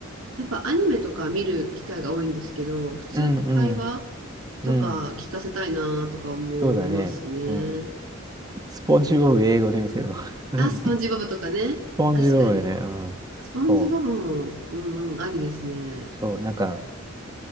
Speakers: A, on the right; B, on the right.
A: やっぱアニメとか見る機会が多いんですけど、普通の会話、
B: うんうん。
A: とか聞かせたいなとか思いますね。
B: うん。そうだね。うん。スポンジボブ英語で見せるの。<laughs> 何言って
A: あ、スポンジボブとかね。
B: スポンジボブね。
A: 確かに。
B: うん。
A: スポンジボブも、
B: そ
A: うんうん、ありですね。
B: う。そう。なんか、